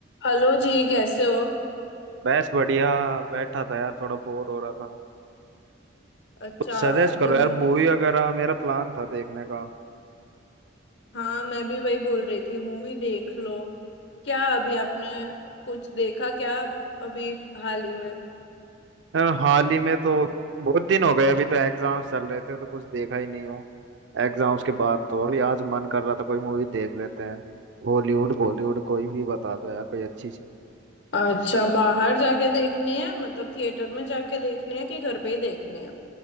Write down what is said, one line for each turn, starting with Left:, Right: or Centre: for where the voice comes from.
Left: Hello जी कैसे हो
Right: बस बढ़िया बैठा था यार थोड़ा बोर हो रहा था
Left: अच्छा
Right: कुछ सजेस्ट करो
Left: तो
Right: यार
Left: मूवी
Right: मूवी वगैरह मेरा प्लान था देखने का
Left: हाँ मैं भी वही बोल रही थी मूवी देख लो क्या अभी आपने कुछ देखा क्या अभी हाल ही में
Right: यार हाल ही में तो बहुत दिन हो गए अभी तो एग्जाम्स चल रहे थे तो कुछ देखा ही नहीं हूँ एग्जाम्स के बाद तो अभी आज मन कर रहा था कोई मूवी देख लेते हैं हॉलीवुड बॉलीवुड कोई भी बता दो यार कोई अच्छी सी
Left: अच्छा बाहर जाके देखनी है मतलब थिएटर में जाके देखनी है कि घर पे ही देखनी है